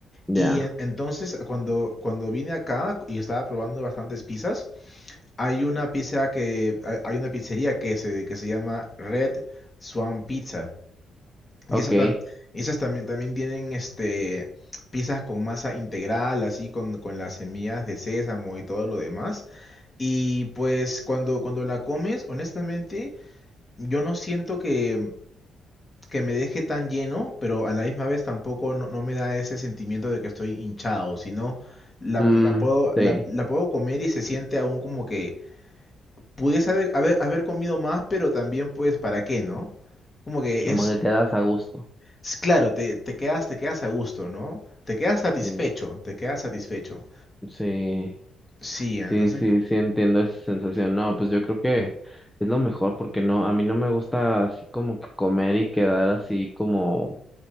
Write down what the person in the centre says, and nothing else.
ya,
ok,
mm,
sí,
como
que quedas a gusto,
sí,
sí.
Sí, sí,
sí entiendo esa sensación. No, pues yo creo que es lo mejor porque no, a mí no me gusta así como que comer y quedar así como,